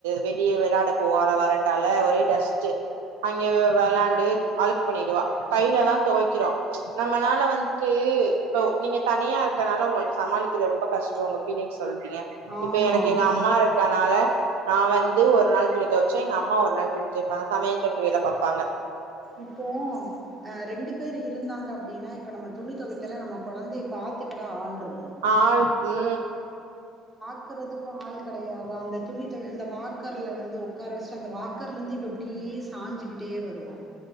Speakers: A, on the right; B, on the right.
A: வெளிய வெளாடு ட போவால வெரண்டால ஒரே டஸ்ட்டு அங்கே வெளாண்டு அழுக்கு பண்ணிடுவா கையில தான் துவைக்கிறோம் நம்மனால வந்துட்டு இப்போ நீங்க தனியா இரு இதனால உங்களுக்கு சமாளிக்கிறது ரொம்ப கஷ்டம் உங்க விதே சொல்றீங்க
B: ஆமா
A: இப்ப எனக்கு எங்க அம்மா இருக்கனால நான் வந்து வந்து ஒரு நாள் துணி துவைச்சோம் எங்க அம்மா ஒரு நாள் துணிதுவைப்பாங்க சமையல் கட்டு வேலை பார்ப்பாங்க
B: இப்போ அஹ் ரெண்டு பேர் இருந்தாங்க அ அப்படின்னா இப்ப நம்ம துணி தொவைக்க நம்ம குழந்தை பாத்தத்துக்க கூட ஆள் இருக்கும்.
A: ஆளுக்கு
B: வாக்குறதுக்கும் ஆள் கிடையாதா அந்த துணி தோ அந்த வாக்கர்ல வந்து உட்கார வச்சுட்டு அந்த வாக்கர்ல இருந்து இவ எப்படியே சாஞ்சுக்கிட்டே வருவான்